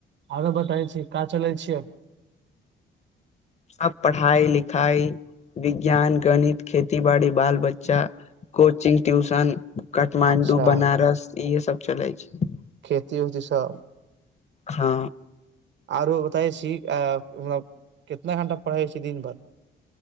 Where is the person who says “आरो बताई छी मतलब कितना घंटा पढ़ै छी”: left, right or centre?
Right